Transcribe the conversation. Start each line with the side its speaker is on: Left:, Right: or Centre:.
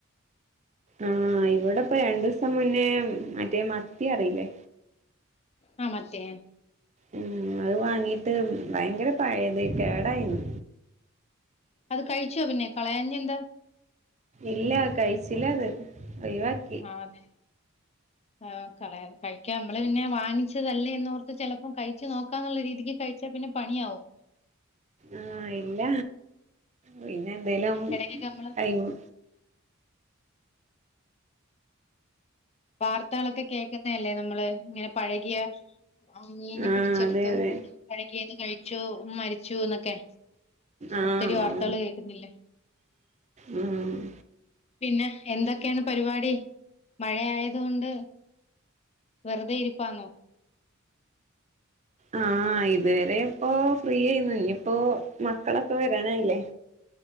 Right: ആഹ് ഇവിടെ ഇപ്പം രണ്ടു ദിവസം മുന്നേ മറ്റേ മത്തി അറിയില്ലേ.
Left: ആഹ് മത്തിയെ
Right: ഉം അത് വാങ്ങീട്ട് ഭയങ്കര പഴയത് കേടായിരുന്നു.
Left: അത് കഴിച്ചോ പിന്നെ കളയാഞ്ഞ എന്താ.
Right: ഇല്ല കഴിച്ചില്ല അത് ഒഴിവാക്കി.
Left: ആഹ് അതെ. ആഹ് കളയാൻ കഴിക്കാൻ നമ്മള് പിന്നെ വാങ്ങിച്ചതല്ലേ എന്ന് ഓർത്ത് ചിലപ്പം കഴി കഴിച്ച് നോക്കാം എന്നുള്ള രീതിക്ക് കഴിച്ചാൽ പിന്നെ പണിയാവും.
Right: ആഹ് ഇല്ല പിന്നെ എന്തേലും <unintelligible>
Left: ഇടക്കൊക്കെ നമ്മള് വാർത്തകളൊക്കെ കേൾക്കുന്നല്ലേ നമ്മള് ഇങ്ങനെ പഴകിയ. മീൻ
Right: ആഹ്
Left: പിടിച്ചെടുത്തു
Right: അതെ അതെ
Left: പഴകിയത് കഴിച്ചു മരിച്ചു എന്നൊക്കെ.
Right: ആഹ്
Left: ഒത്തിരി വാർത്തകൾ കേൾക്കുന്നില്ലേ?
Right: ഉം. ഉം
Left: പിന്നെ എന്തൊക്കെയാണ് പരിപാടി മഴ ആയത്കൊണ്ട് വെറുതെ ഇരിപ്പാന്നോ
Right: ആഹ് ഇത് വരെ ഇപ്പോ ഫ്രീ ആയിര്ന്ന് ഇനിപ്പോ മക്കളൊക്കെ വരാനായ്ല്ലേ